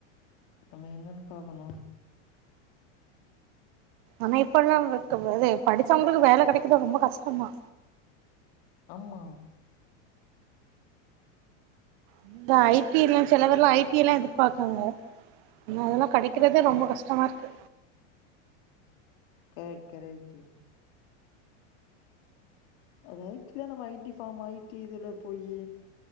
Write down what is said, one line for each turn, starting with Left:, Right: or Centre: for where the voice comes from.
Left: நம்ம என்னன்னு பாக்கணு
Right: ஆனா இப்ப எல்லா பாக்கு போது படிச்சவங்களுக்கு வேல கெடைக்கறது ரொம்ப கஷ்டதா
Left: ஆமா
Right: அந்த ஐடி எல்லா சில பேர்லா ஐடி எல்லா எதிர்பாக்கறாங்க பின்ன அதெல்லா கெடைக்கிறதே ரொம்ப கஷ்டமா இருக்கு
Left: கரெக்ட் கரெக்ட்டு அது ஐ டி தா நம்ம ஐ டி ஃபாம் ஐடி இதுல போயி